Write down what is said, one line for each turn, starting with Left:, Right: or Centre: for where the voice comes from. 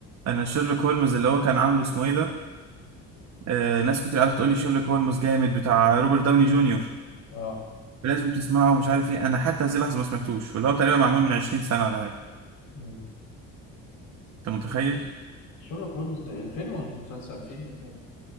Right: انا شيرلوك هولمز اللي هو كان عامله اسمه ايه ده آه، ناس كتير قاعده تقول لي شيرلوك هولمز جامد بتاع روبرت داوني جونيور
Left: اه
Right: لازم تسمعه ومش عارف ايه انا حتى هذه اللحظه ما سمعتوش واللي هو تقريبا معمول من 20 سنه ولا حاجه
Left: مم.
Right: انت متخيل
Left: شيرلوك هولمز الفيلم ولا المسلسل الفيلم الاثنين